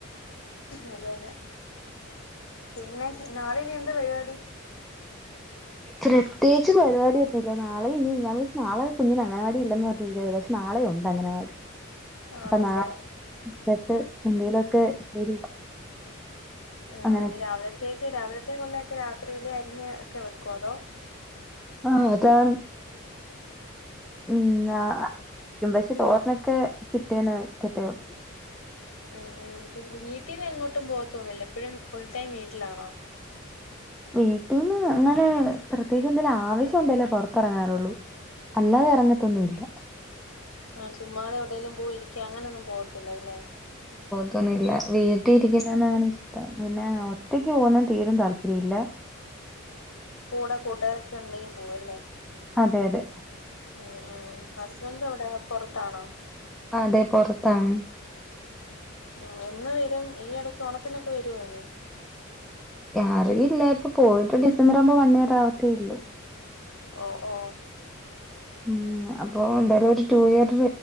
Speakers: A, on the left (about 70°); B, in the centre.
A: അതന്നെ. പിന്നെ നാളെയിനിയെന്താ പരിപാടി?
B: പ്രത്യേകിച്ച് പരിപാടിയൊന്നുല്ല നാളെ ഇനി ഞാ വിചാരിച്ച് നളെ കുഞ്ഞിനങ്ങനവാടിയില്ലെന്ന് പറഞ്ഞിരുന്നയാരുന്ന് പക്ഷെ നാളെയുണ്ടങ്കനവാടി.
A: ആണല്ലേ
B: അപ്പൊ നാളെത്തൊട്ട് എന്തെങ്കിലു ഒക്കെ കൂടി
A: ആ
B: അങ്ങനെ
A: ഇനി രാവിലത്തേക്ക് രാവിലത്തേക്കുള്ളയൊക്കെ രാത്രിയിലെ അരിഞ്ഞ് ഒക്കെ വെക്കുവോ അതോ?
B: ആഹ് അതാണ്. ഉം ആഹ് പക്ഷെ തോരനൊക്കെ പിറ്റേന്നേ വെക്കത്തേ ഉള്ളൂ
A: ആഹ് ആഹ് എനിക്ക് വീട്ടീന്നെങ്ങോട്ടും പോകത്തൊന്നുന്നില്ലേ എപ്പോഴും ഫുൾ ടൈം വീട്ടിലാണോ
B: വീട്ടീന്ന് അങ്ങനെ പ്രത്യേകെന്തേലാവശ്യുണ്ടെലേ പൊറത്തെറങ്ങാറുള്ളൂ. അല്ലാതെറങ്ങത്തൊന്നും ഇല്ല
A: ആഹ് ചുമ്മാതെവിടെലും പോയിരിക്ക അങ്ങനൊന്നും പോവത്തില്ലല്ലേ
B: പോവത്തൊന്നുല്ല വീട്ടി ഇരിക്കുന്നതെന്നാണിഷ്ടം, പിന്നെ ഒറ്റക്ക് പോകുന്നെ തീരയും താല്പര്യില്ല.
A: കൂടെ കൂട്ടുകാരൊക്കെയുണ്ടെങ്കി പോവു അല്ലേ.
B: അതെ അതെ.
A: ഉം ഉം ഹസ്ബന്റെവിടാ പൊറത്താണോ?
B: അതെ പൊറത്താണ്.
A: ഉം എന്ന് വരും? ഈയെടക്ക് ഓണത്തിനൊക്കെ വരുവോ ഇനി?
B: അറിയില്ല ഇപ്പൊ പോയിട്ട് ഡിസംബർ ആവുമ്പോ വൺഇയർ ആവത്തേയുള്ളൂ.
A: ഓ ഓ
B: ഉം അപ്പൊ ന്തായാലും ഒരു ടൂ ഇയർ